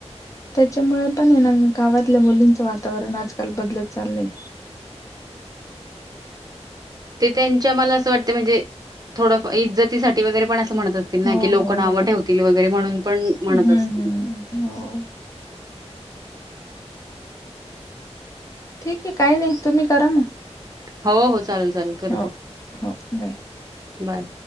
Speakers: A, on the left; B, on the right.
A: त्याच्यामुळे पण ना गावातल्या मुलींचं वातावरण आज काल बदलत चाल नाही
B: ते त्यांच्या मला असं वाटते म्हणजे थोडं इज्जतीसाठी वगरे पण अस म्हणत असतील ना
A: हो
B: की लोक
A: हो
B: ना आव
A: हो
B: ठेवतील वगैरे म्हणून पण
A: हम्म
B: म्हणत असतील
A: हम्म हो ठीक आहे काही नाही तुम्ही करा मग
B: हो हो चालेल चालेल करते
A: हो हो बाय
B: बाय